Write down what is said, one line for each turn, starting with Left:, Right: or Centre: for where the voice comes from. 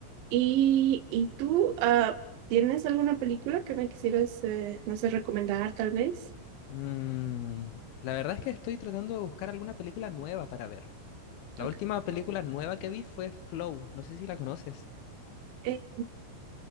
Right: ¿Y, y tú, ah, tienes alguna película que me quisieras, eh, no sé, recomendar tal vez?
Left: Mm, la verdad es que estoy tratando de buscar alguna película nueva para ver. La
Right: Ok.
Left: última película nueva que vi fue Flow, no sé si la conoces.
Right: Eh,